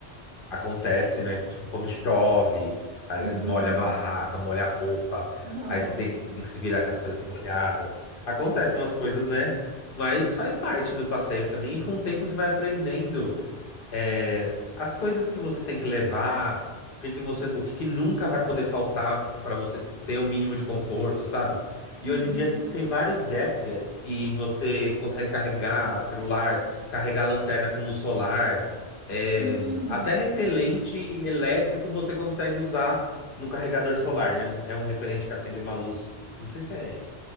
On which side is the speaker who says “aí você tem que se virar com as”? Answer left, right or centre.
Left